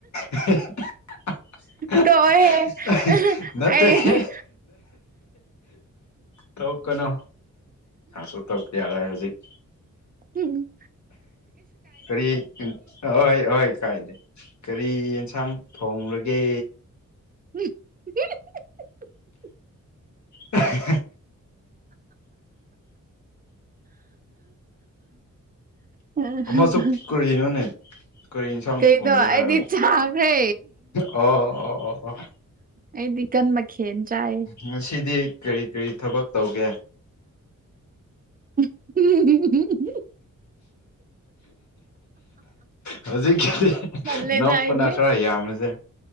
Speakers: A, on the left (about 65°); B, on the right (about 30°).
A: <unintelligible>
B: ꯇꯣꯛꯑꯣꯍꯦ
A: ꯅꯠꯇꯦꯍꯦ
B: ꯑꯩ
A: ꯇꯧ ꯀꯩꯅꯣ ꯑꯁꯨ ꯇꯧ ꯌꯥꯔꯣꯏ ꯍꯧꯖꯤꯛ
B: ꯎꯝ
A: ꯀꯔꯤ ꯍꯣꯏ ꯍꯣꯏ ꯈꯥꯏ ꯂꯩ ꯀꯔꯤ ꯌꯦꯟꯁꯥꯡ ꯊꯣꯡꯡꯂꯒꯦ
B: <unintelligible>
A: ꯎꯝ
B: <unintelligible>
A: ꯑꯃꯁꯨ ꯀꯔꯤꯅꯣꯅꯦ ꯀꯔꯤ ꯌꯦꯟꯁꯥꯡ
B: ꯀꯩꯅꯣ
A: ꯊꯣꯡꯒꯦ
B: ꯑꯩꯗꯤ
A: ꯍꯥꯏꯔꯒ
B: ꯆꯥꯈ꯭ꯔꯦ
A: ꯑꯣ ꯑꯣ ꯑꯣ ꯑꯣ
B: ꯑꯩꯗꯤ ꯀꯟ ꯃꯈꯟ ꯆꯥꯌꯦ
A: ꯉꯁꯤꯗꯤ ꯀꯔꯤ ꯀꯔꯤ ꯊꯕꯛ ꯇꯧꯒꯦ
B: <unintelligible>
A: ꯍꯧꯖꯤꯛ ꯈꯗꯤ
B: ꯇꯜꯂꯦꯗ
A: ꯅꯈꯄꯅ
B: ꯑꯩꯗꯤ
A: ꯈꯔ ꯌꯥꯝꯃꯦꯁꯦ